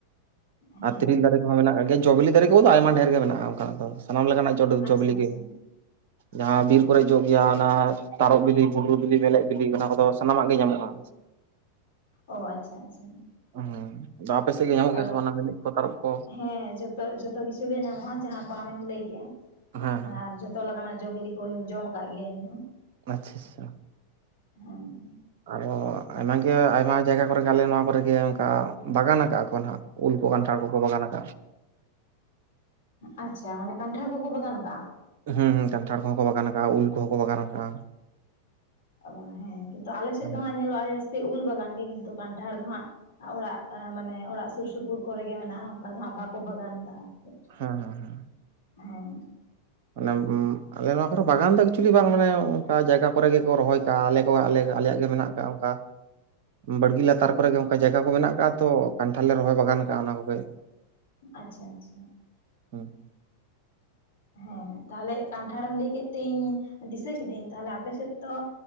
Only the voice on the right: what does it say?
ᱟᱨ ᱛᱤᱨᱤᱞ ᱫᱟᱨᱮ ᱢᱮᱱᱟᱜ ᱜᱮᱭᱟ ᱡᱚ ᱵᱤᱞᱤ ᱫᱟᱨᱮ ᱠᱚᱫᱚ ᱟᱭᱢᱟ ᱰᱷᱮᱨ ᱜᱮ ᱢᱮᱱᱟᱜᱼᱟ ᱚᱱᱠᱟᱱᱟᱜ ᱟᱫᱚ ᱥᱟᱱᱟᱢ ᱞᱮᱠᱟᱱᱟᱜ
ᱡᱚ ᱵᱤᱞᱤ
ᱜᱮ, ᱡᱟᱦᱟᱸ ᱵᱤᱨ ᱠᱚᱨᱮ ᱡᱚᱜ ᱜᱮᱭᱟ ᱚᱱᱟ ᱛᱟᱨᱚᱵ ᱵᱤᱞᱤ ᱵᱷᱩᱸᱰᱨᱩ ᱵᱤᱞᱤ ᱢᱮᱞᱮᱫ ᱵᱤᱞᱤ ᱚᱱᱟ ᱠᱚᱫᱚ ᱥᱟᱱᱟᱢᱟᱜ ᱜᱮ ᱧᱟᱢᱚᱜᱼᱟ
ᱦᱩᱸ ᱟᱫᱚ ᱟᱯᱮ ᱥᱮᱫ ᱜᱮ ᱧᱟᱢᱚᱜ
ᱜᱮᱭᱟ ᱥᱮ ᱵᱟᱝ ᱚᱱᱟ ᱢᱤᱞᱮᱫ ᱠᱚ ᱛᱟᱨᱚᱵ ᱠᱚ?
ᱦᱮᱸ ᱦᱮᱸ
ᱟᱪᱪᱷᱟ ᱟᱪᱪᱷᱟ
ᱟᱨᱚ ᱟᱭᱢᱟ ᱜᱮ ᱟᱭᱢᱟ ᱡᱟᱭᱜᱟ ᱠᱚᱨᱮᱜᱮ ᱟᱞᱮ ᱱᱚᱣᱟ ᱠᱚᱨᱮᱜᱮ ᱚᱱᱠᱟ ᱵᱟᱜᱟᱱ ᱠᱟᱜᱼᱟ ᱠᱚ ᱱᱟᱦᱟᱸᱜ ᱩᱞ ᱠᱚ ᱠᱟᱱᱴᱷᱟᱲ ᱠᱚᱠᱚ ᱵᱟᱜᱟᱱ ᱠᱟᱜ-ᱟ
ᱦᱩᱸ ᱦᱩᱸ ᱠᱟᱱᱴᱷᱟᱲ ᱠᱚᱦᱚᱸ ᱠᱚ ᱵᱟᱜᱟᱱ ᱠᱟᱜᱼᱟ ᱩᱞ ᱠᱚᱦᱚᱸ ᱠᱚ ᱵᱟᱜᱟᱱ ᱠᱟᱜᱼᱟ
ᱦᱮᱸ
ᱦᱮᱸ ᱦᱮᱸ ᱦᱮᱸ
ᱚᱱᱮ ᱟᱞᱮ ᱱᱚᱣᱟ ᱠᱚᱨᱮ ᱵᱟᱜᱟᱱ ᱫᱚ ᱮᱠᱪᱮᱞᱤ ᱵᱟᱝ ᱢᱟᱱᱮ ᱚᱱᱠᱟ ᱡᱟᱭᱜᱟ ᱠᱚᱨᱮ ᱜᱮᱠᱚ ᱨᱚᱦᱚᱭ ᱠᱟᱜᱼᱟ ᱟᱞᱮ ᱠᱚᱣᱟᱜ ᱟᱞᱮᱭᱟᱜ ᱜᱮ ᱢᱮᱱᱟᱜ-ᱟ ᱠᱟᱜ ᱚᱝᱠᱟ, ᱵᱟᱲᱜᱤ ᱞᱟᱛᱟᱨ ᱠᱚᱨᱮᱜᱮ ᱚᱱᱠᱟ ᱡᱟᱭᱜᱟ ᱠᱚ ᱢᱮᱱᱟᱜ ᱠᱟᱜ-ᱟ ᱛᱚ ᱠᱟᱱᱴᱷᱟᱲ ᱞᱮ ᱨᱚᱦᱚᱭ ᱵᱟᱜᱟᱱ ᱠᱟᱜᱼᱟ ᱚᱱᱟ ᱠᱚᱜᱮ,
<inaudible>